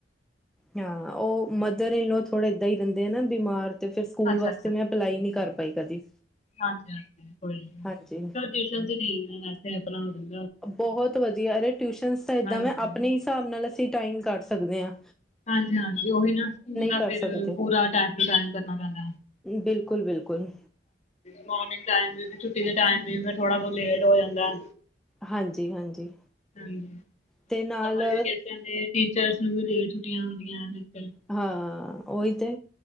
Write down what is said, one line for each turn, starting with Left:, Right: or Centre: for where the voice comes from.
Centre: ਹਾਂ, ਉਹ ਮਦਰ ਇਨ ਲੋ, ਥੋੜੇ ਏਦਾਂ ਹੀ ਰਹਿੰਦੇ ਆ ਨਾ ਬਿਮਾਰ ਤੇ ਫਿਰ ਸਕੂਲ
Left: ਅੱਛਾ
Centre: ਵਾਸਤੇ ''ਮੈਂ ਅਪਲਾਈ ਨਹੀਂ ਕਰ ਪਾਈ ਕਦੀ।
Left: ਹਾਂਜੀ-ਹਾਂਜੀ, ਕੋਈ ਨੀ
Centre: ਹਾਂਜੀ
Left: ਟੂਉਸ਼ਨ ਠੀਕ ਏ, ਵੈਸੇ ਆਪਣਾ ਦਿੰ
Centre: ਬਹੁਤ ਵਧੀਆ, ਅਰੇ ਟਿਊਸ਼ਨ ਤਾਂ ਏਦਾਂ
Left: ਹਾਂਜੀ
Centre: ਐ, ਆਪਣੇ ਹਿਸਾਬ ਨਾਲ ਅਸੀਂ ਟਾਈਮ ਕਢ ਸਕਦੇ ਆਂ।
Left: ਹਾਂਜੀ-ਹਾਂਜੀ, ਉਹੀ ਨਾ ਸਕੂਲ ਦਾ
Centre: ਕਰ
Left: ਫਿਰ
Centre: ਸਕਦੇ
Left: ਪੂਰਾ ਟੈਮ ਟੂ ਟੈਮ ਕਰਨਾ ਪੈਂਦਾ।
Centre: ਬਿਲਕੁਲ-ਬਿਲਕੁਲ।
Left: ਮੌਰਨੀੰਗ ਟਾਇਮ ਵੀ, ਫਿਰ ਛੁੱਟੀ ਦੇ ਟਾਇਮ ਵੀ, ਫਿਰ ਥੋੜਾ-ਬੋਤ ਲੇਟ ਹੋ ਜਾਂਦਾ।
Centre: ਹਾਂਜੀ ਹਾਂਜੀ
Left: ਹਾਂਜੀ,
Centre: ਤੇ ਨਾਲ
Left: ਸਮਰ ਵੇਕੇਸ਼ਨ ਤੇ ਟੀਚਰਸ ਨੂੰ ਵੀ ਲੇਟ ਛੁੱਟੀਆਂ ਹੁੰਦੀਆਂ, ਇੱਕ।
Centre: ਹਾ, ਉਹੀ ਤੇ